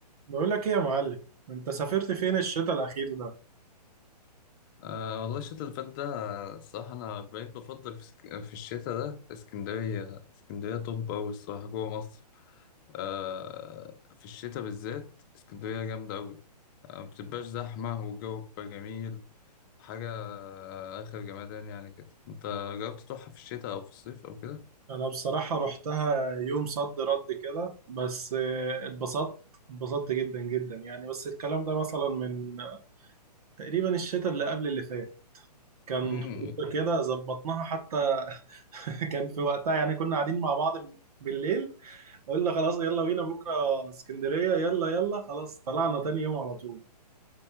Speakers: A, on the right (about 60°); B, on the left (about 30°).
A: بقول لك ايه يا معلم انت سافرت فين الشتاء الاخير ده
B: أه والله الشتاء اللي فات ده آه، الصراحة أنا بقيت بفضل في, سك... في الشتاء ده اسكندرية اسكندرية طب أوي الصراحة جوه مصر أه في الشتاء بالذات اسكندرية جامدة أوي أه مبتبقاش زحمة والجو بيبقى جميل حاجة آه، آخر جمدان يعني كده أنت جربت تروحها في الشتاء أو في الصيف أو كده؟
A: انا بصراحة رحتها يوم صد رد كده بس آه، اتبسطت اتبسطت جدا جدا يعني بس الكلام ده مثلا من آه، تقريبا الشتاء اللي قبل اللي فات كان
B: امم
A: خروجه كده ظبطناها حتى <laughs> كان في وقتها يعني كنا قاعدين مع بعض بالليل قلنا خلاص يلا بينا بكرة اسكندرية يلا يلا خلاص طلعنا تاني يوم على طول